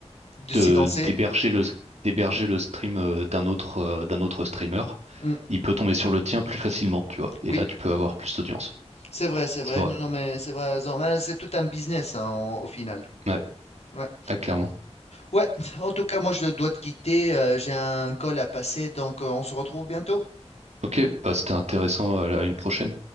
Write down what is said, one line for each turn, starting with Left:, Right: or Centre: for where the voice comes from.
Left: de
Right: de-
Left: s'y lancer.
Right: d'héberger le, d'héberger
Left: Mm,
Right: le stream euh, d'un autre, euh, d'un autre streamer,
Left: mm,
Right: il peut tomber sur le tien plus facilement, tu vois. Et
Left: oui,
Right: là, tu peux avoir plus d'audience.
Left: c'est vrai, c'est vrai.
Right: C'est vrai.
Left: Non, non, mais c'est vrai. Zan, ouais, C'est tout un business hein, en- au final.
Right: Ouais,
Left: Ouais.
Right: ah, clairement.
Left: Ouais, <laughs> en tout cas, moi je dois te quitter. euh, j'ai un call à passer, donc euh, on se retrouve bientôt.
Right: Ok, bah, c'était intéressant. À la- à une prochaine.